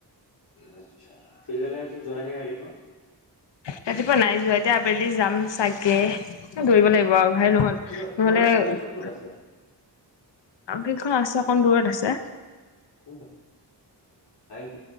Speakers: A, on the left (about 60°); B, on the left (about 80°).
A: আচ্ছা, <unintelligible>
B: ৰাতিপুৱা নাই যোৱা। এতিয়া আবেলি যাম চাগে। দৌৰিব লাগিব আৰু ভাল নহল। নহ'লে,
A: কিন্তু তোমালোকৰ ফিল্ডখন ক'ত আছে
B: কেইখন আছে অকণ দূৰত আছে।
A: ক <unintelligible>